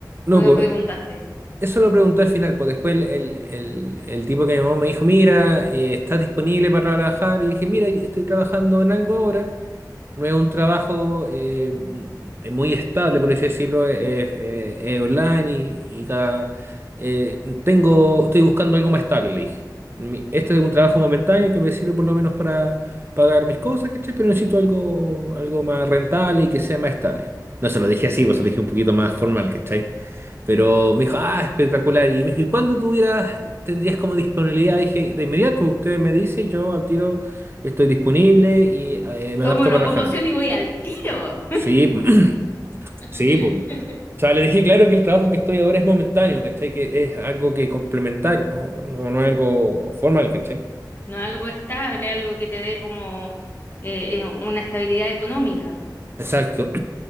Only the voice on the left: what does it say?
¿O no
preguntaste?
Tomo
locomoción
y voy al tiro.
<laughs>
No algo estable, algo que te dé como eh, eh, una estabilidad económica.